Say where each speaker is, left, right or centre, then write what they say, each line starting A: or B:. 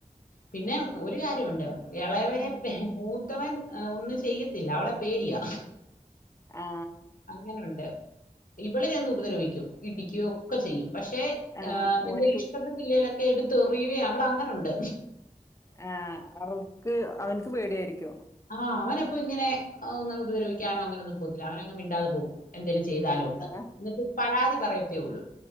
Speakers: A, on the left (about 75°); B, on the left (about 20°).
A: പിന്നെ ഒരു കാര്യ ഉണ്ട് ഇളയവനെ
B: ഉം
A: പേ മൂത്തവൻ ഒന്നും ചെയ്യത്തില്ല അവളെ പേടിയാ
B: ആ
A: അങ്ങനുണ്ട് ഇവള് ചെന്ന് ഉപദ്രവിക്കും ഇടിക്ക്യു ഒക്കെ ചെയ്യും പക്ഷെ
B: ആ
A: ഏ എന്തേലും
B: ഓനിക്ക്
A: ഇഷ്ടപെ ട്ടില്ലേലൊക്കെ എട്ത്തെറിയ്യെ അവള് അങ്ങനെണ്ട്
B: ആഹ് അവൾക്ക് അവൻക്ക് പേടിയായിരിക്കും
A: ആഹ് അവനപ്പോ ഇങ്ങനെ അങ്ങനെ ഉദ്രവിക്കാനോ അങ്ങനെൊന്നും പോവത്തില്ല അവനങ് മിണ്ടാതെ പോവും എന്തേലും ചെയ്താലേ
B: ആ
A: ഒള്ള്
B: ആ
A: ഇന്നിട്ട് പരാതി പറയത്തേ ഒള്ളൂ